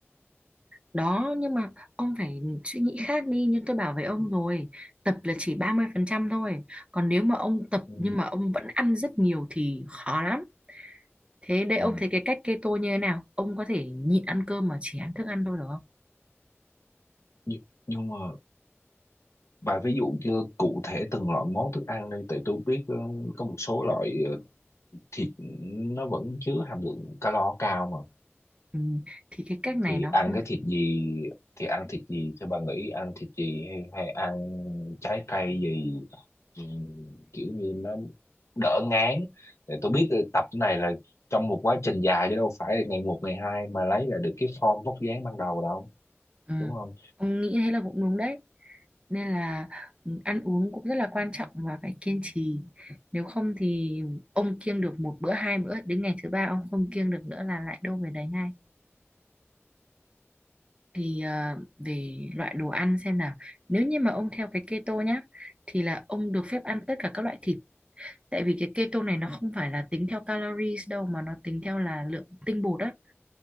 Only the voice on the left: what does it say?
ừ.
Ừ.
Nhưng, nhưng mà bà ví dụ như cụ thể từng loại món thức ăn đây tại tôi biết ờ, có một số loại ờ, thịt nó vẫn chứa hàm lượng calo cao mà
thì
ăn
cái thịt gì thì ăn thịt gì cho bà nghĩ ăn thịt gì hay, hay ăn trái cây gì Ừ, kiểu như nó đỡ ngán Tại tôi biết là tập này là trong một quá trình dài chứ đâu phải là ngày một ngày hai mà lấy lại được cái form vóc dáng ban đầu đâu
đúng không